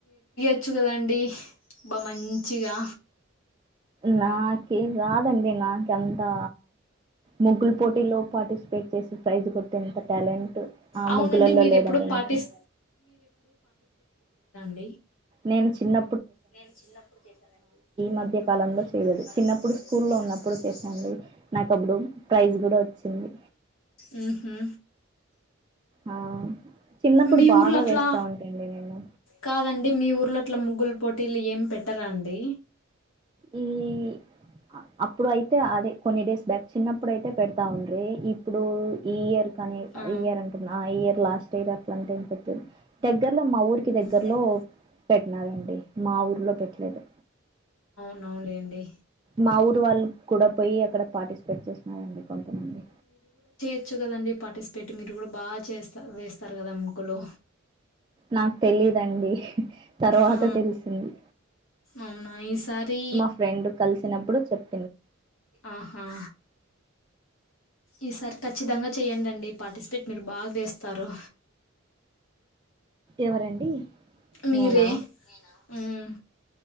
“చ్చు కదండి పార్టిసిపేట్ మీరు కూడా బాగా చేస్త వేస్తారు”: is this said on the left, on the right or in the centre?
Left